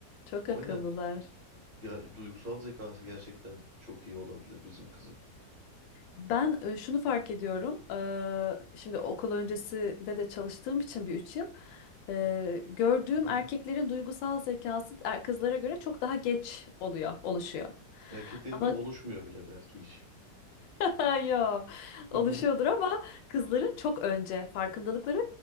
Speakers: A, on the left; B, on the right.
A: Çok
B: Aynen.
A: akıllılar.
B: Ya duygusal zekası gerçekten çok iyi olabilir bizim kızın.
A: Ben e, şunu fark ediyorum. e, şimdi okul öncesinde de çalıştığım için bir üç yıl. e, gördüğüm
B: Hı hı.
A: erkeklerin duygusal zekası er- kızlara göre çok daha geç oluyor, oluşuyor.
B: Erkeklerinki
A: Ama
B: oluşmuyor bile belki hiç.
A: <laughs> yo,
B: <laughs>
A: oluşuyordur ama kızların çok önce farkındalıkları